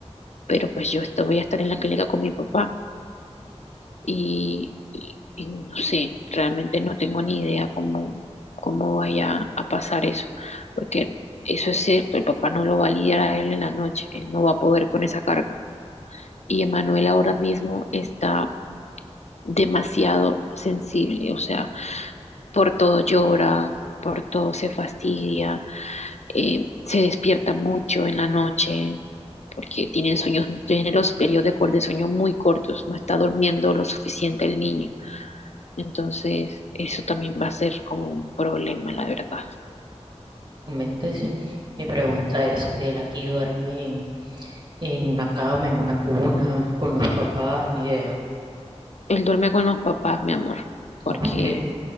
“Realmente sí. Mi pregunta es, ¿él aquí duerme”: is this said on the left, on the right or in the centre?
Right